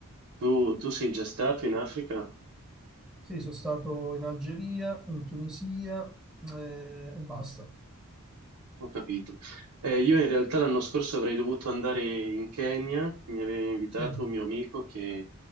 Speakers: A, on the right (about 80°); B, in the centre.
A: tu, tu sei già stato in Africa?
B: Sì, sono stato in Algeria, in Tunisia eh, e basta.
A: Ho capito. Eh, io in realtà l'anno scorso avrei dovuto andare in Kenya, mi aveva invitato
B: Sì,
A: un mio amico che eh,